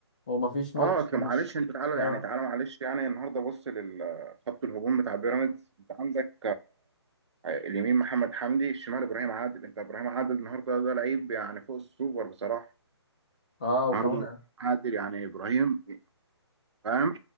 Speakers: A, on the left (about 20°); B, on the right (about 75°).
A: ومفيش ماتش
B: اه اصل
A: مش
B: معلش انت تعالى
A: اه
B: يعني تعالى معلش يعني النهارده بص للخط الهجوم بتاع بيراميدز انت عندك آه، اليمين محمد حمدي الشمال ابراهيم عادل انت ابراهيم عادل النهارده ده لعيب يعني فوق السوبر بصراحه
A: اه
B: النهارده
A: وكمان
B: ابراهيم عادل يعني ابراهيم فاهم